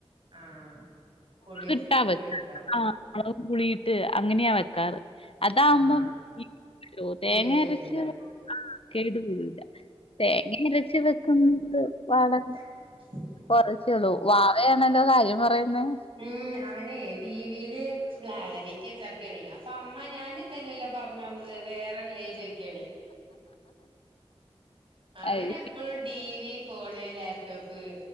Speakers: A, on the right; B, on the left.
A: ആഹ് പുളി വെച്ചി
B: കിട്ടാ
A: പുളി
B: വെക്ക
A: വെച്ചിട്ടാവും
B: ആഹ് അളകവും കുളിട്ട് അങ്ങനെയാ വെക്കാറ് അതാവുമ്പം
A: ആഹ്
B: ഇ തേങ്ങ
A: കേടു വരില്ലല്ലോ
B: അരച്ച് കേടു കൂടൂല തേങ്ങ അരച്ച് വെക്കുന്നത് വളരെ
A: <inaudible>
B: കുറച്ചേള്ളൂ
A: ഉം
B: വാവയാണല്ലോ കാര്യം പറയുന്നേ
A: ഉം അവനെ ടിവിൽ പ്ലാ ഡനിക്ക ചേർക്കാന് അപ്പൊ അമ്മ ഞാൻ ഇതല്ലല്ലോ പറഞ്ഞോടത് വേറെല്ലേ ചോയിക്കാനെ അവന്
B: ആയിരിക്കും.
A: എപ്പോഴും ടിവി ഫോൺ ലാപ്ടോപ്പ്